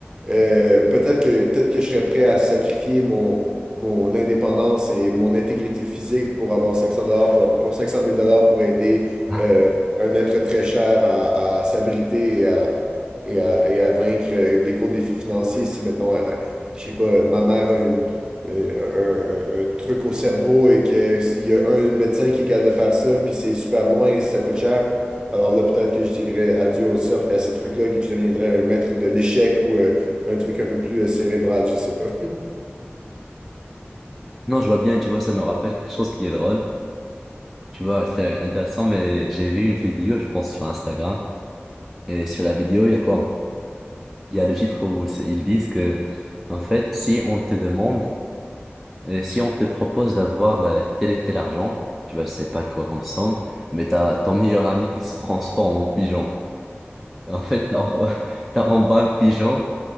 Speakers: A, on the right (about 20°); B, in the centre.
A: euh, peut-être que, peut-être que je serais prêt à sacrifier mon, mon indépendance et mon intégrité physique pour avoir 500 dollars pour, pour cinq cent mille dollars pour aider
B: <laughs>
A: euh, un être très cher à, à s'abriter et à, et à- et à vaincre euh, des gros défis financiers. Si, mettons, euh, je sais pas, ma mère a une euh, un, un- un truc au cerveau et que s'il y a un médecin qui est capable de faire ça, puis c'est super loin, ça coûte cher, alors là, peut-être que je dirais adieu au surf et à ces trucs-là, et que je deviendrais un maître de l'échec ou euh, un truc un peu plus euh, cérébral, je sais pas. <laughs>
B: Non, je vois bien, tu vois, ça me rappelle quelque chose qui est drôle. Tu vois, c'est intéressant, mais j'ai vu une vidéo, je pense, sur Instagram. Et sur la vidéo, il y a quoi? Il y a le titre où c'est- ils disent que, en fait, si on te demande, euh, si on te propose d'avoir euh, tel et tel argent, tu vois, je sais pas quoi comme somme, mais t'as ton meilleur ami qui se transforme en pigeon. Et en fait, t'as en <laughs> t'as en bas un pigeon